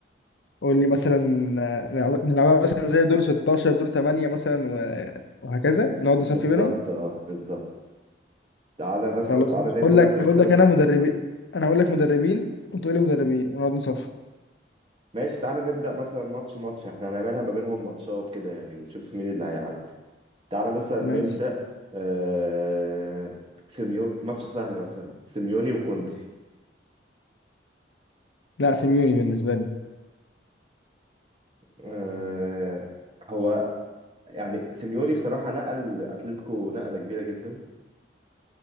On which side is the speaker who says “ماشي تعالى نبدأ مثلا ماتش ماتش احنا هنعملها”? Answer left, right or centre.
Right